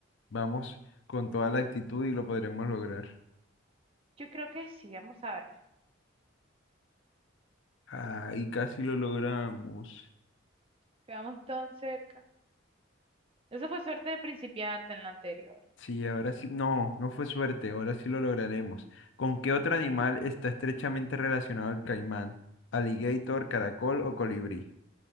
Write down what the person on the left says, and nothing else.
Vamos con toda la actitud y lo podremos lograr.
Ah, casi lo logramos.
Sí, ahora sí. No, no fue suerte. Ahora sí lo lograremos. ¿Con qué otro animal está estrechamente relacionado el caimán? ¿Alligator, caracol o colibrí?